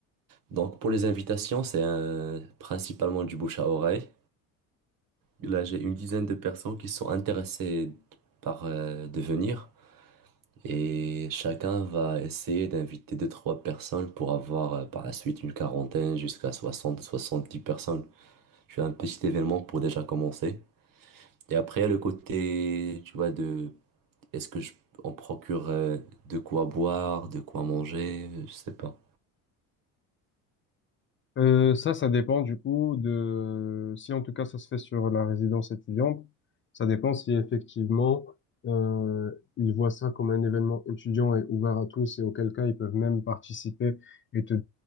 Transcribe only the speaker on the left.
Euh, ça, ça dépend du coup de si en tout cas ça se fait sur la résidence étudiante, ça dépend si effectivement euh, ils voient ça comme un événement étudiant et ouvert à tous et auquel cas ils peuvent même participer et te